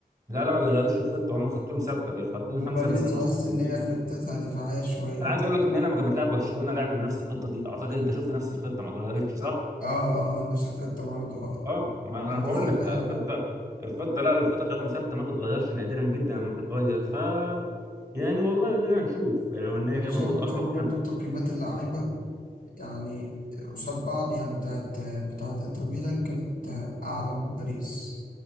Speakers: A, on the right; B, on the left.
A: لا لا ما بيغيروش الخطة هم خطتهم ثابتة بيحطين
B: وباريس
A: خمسة في النص
B: تحس إن
A: واتنين
B: هي خطتها
A: في-
B: دفاعية شوية
A: أنا عايز أقول لك إن أنا لما كانت بتلعب برشلونة لعبت بنفس الخطة دي أعتقد أنت شفت نفس الخطة ما اتغيرتش صح؟
B: اه اه نفس الخطة برضو اه
A: اه ما
B: كان
A: أنا بقول
B: دفاعها
A: لك فالخطة
B: يعني
A: الخطة لا الخطة بتاعتهم ثابتة ما بتتغيرش نادرا جدا لما بتتغير ف يعني والله أدينا هنشوف يعني هو النهائي
B: وأنا شايف
A: المفروض
B: كانوا
A: قرب حن
B: برضو تقييمات اللعيبة يعني قصاد بعض يعني بتاعت بتاعت إنتر ميلان كانت آه، أعلى من باريس